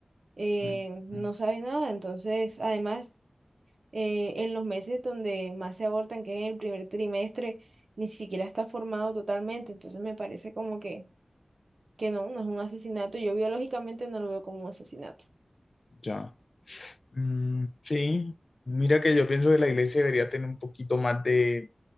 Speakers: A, on the right; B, on the left.
A: eh,
B: Mm,
A: no sabe nada, entonces, además eh, en los meses donde más se abortan, que es en el primer trimestre, ni siquiera está formado totalmente. Entonces me parece como que, que no, no es un asesinato. Yo biológicamente no lo veo como un asesinato.
B: ya. Mm, sí, mira que yo pienso que la iglesia debería tener un poquito más de